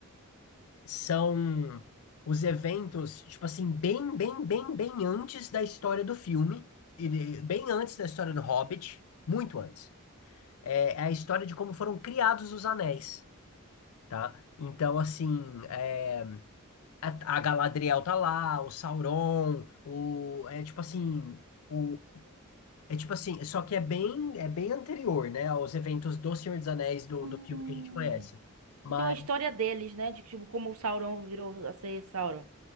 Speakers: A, on the left (about 70°); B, on the right (about 75°).
A: São os eventos, tipo assim, bem, bem, bem, bem antes da história do filme, e de- bem antes da história do Hobbit, muito antes. é é a história de como foram criados os anéis, tá? Então, assim, é, a, a Galadriel tá lá, o Sauron, o, é tipo assim, o, é tipo assim, só que é bem, é bem anterior, né, aos eventos do Senhor dos Anéis, do,
B: Hum.
A: do filme que a gente conhece. Mas,
B: Então a história deles, né? De tipo, como o Sauron virou a ser Sauron.